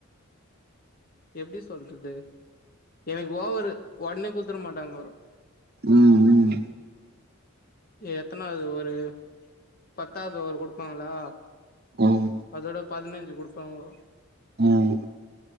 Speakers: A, on the left; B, on the right.
A: எப்டி சொல்றது எனக்கு ஓவரு உடனே குத்துர மாட்டாங்கோ
B: ம் ம்
A: எத்தனாவது ஓவரு பத்தாவது ஓவரு குடுப்பாங்களா
B: ஆமா
A: அதோட பதினஞ்சி குடுப்பாங்கோ
B: ம்